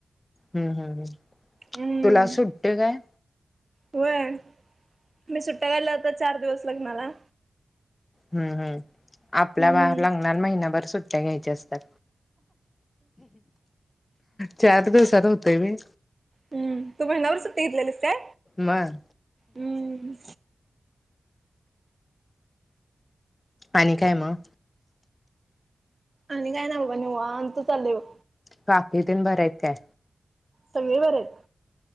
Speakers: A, on the left; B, on the right.
A: हम हम हम
B: हम्म
A: तुला सुट्टी काय?
B: होय मी सुट्ट्या गायल्या, आता चार दिवस लग्नाला.
A: हम हम
B: हम्म
A: आपल्या बर लग्नाला महिनाभर सुट्ट्या घ्यायच्या असतात. चार दिवसात होतय होय?
B: हम तू महिना भर सुट्ट्या घेतलेलीस काय
A: मग
B: हम?
A: आणि काय मग?
B: आणि काय नाय बाबा निवांत चालय बघ.
A: काकी तेन बऱ्या आहेत काय?
B: सगळी बरी आहेत,